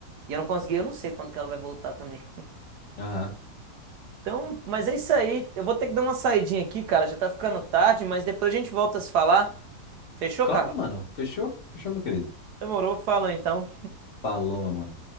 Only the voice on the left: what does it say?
Aham.
Claro,
mano. Fechou? Fechou, meu querido.
Falou, meu mano.